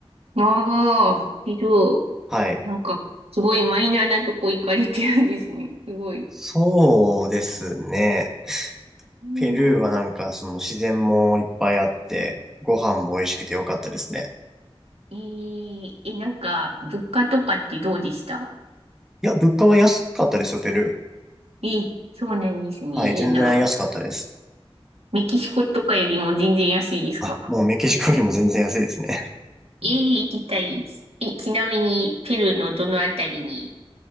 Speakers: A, on the right; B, in the centre.
A: ああー、けど、
B: はい。
A: なんか、すごいマイナーなとこ行かれてるんですね。すごい。
B: そうですね。
A: おう、
B: ペルーはなんか、その自然もいっぱいあって、ご飯も美味しくてよかったですね。
A: えー、え、なんか、物価とかってどうでした
B: いや、物価は安かったですよ、ペル
A: えー、そうなんですね。
B: ー。
A: いいな。
B: はい、全然安かったです。
A: メキシコとかよりも全然安いですか
B: あ、もうメキシコよりも全然安いですね。
A: えー、行きたいです。え、ちなみに、ペルーのどのあたりに